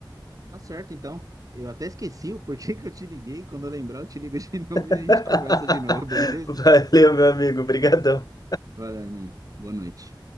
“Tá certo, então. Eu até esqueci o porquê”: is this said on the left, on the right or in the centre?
Right